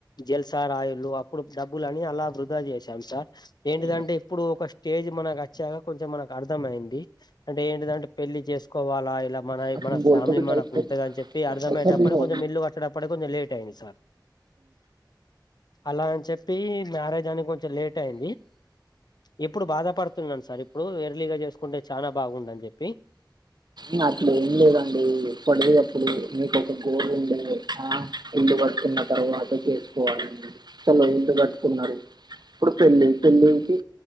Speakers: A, on the left; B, on the right.
A: జెల్స రాయులు అప్పుడు డబ్బులని అలా వృధా చేసాం సార్ ఏంటిదంటే
B: ఉమ్.
A: ఇప్పుడు ఒక స్టేజ్ మనకు వచ్చాక కొంచెం మనకు అర్థమయింది అంటే ఏంటిదంటే పెళ్లి పెళ్ళి చేసుకోవాలా ఇలా మన
B: అతను
A: మన
B: బోల్తో
A: ఫ్యామిలి
B: టైప్
A: మనకు
B: పైసా
A: ఉంటుదని చెప్పి అర్థమ్యేటప్పుడు
B: భీమో
A: కొంచెం ఇల్లు కట్ ఇక్కడ అప్పుటి కొంచెం లేట్ అయింది సార్ అలా అని చెప్పి మ్యారేజ్ అని కొంచెం లేట్ అయ్యింది ఇప్పుడు బాధపడుతున్నాను సార్ ఇప్పుడు ఎర్లీగా చేసుకుంటే చానా బాగుండ అని చెప్పి
B: మ్ అట్లెం లేదండి ఇప్పటికీ ఇప్పుడు మీకు ఒక గోల్ ఉండే ఆ ఇల్లు కడుతున్న తర్వాత చేసుకోవాలని చలో ఇళ్ళు కట్టుకున్నారు ఇప్పుడు పెళ్ళి పెళ్ళికి